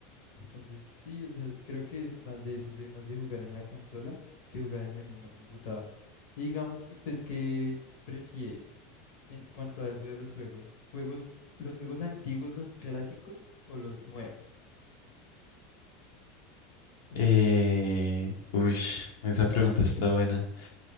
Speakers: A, on the left; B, on the left.
A: Entonces, sí, o sea, es- creo que es más de eso, soy más de jugar en la consola que jugar en el mismo computador. Y digamos, ¿usted qué prefiere en cuanto a eso de los juegos? ¿Juegos, los juegos antiguos, los clásicos o los nuevos?
B: Eh, uy, esa pregunta está buena.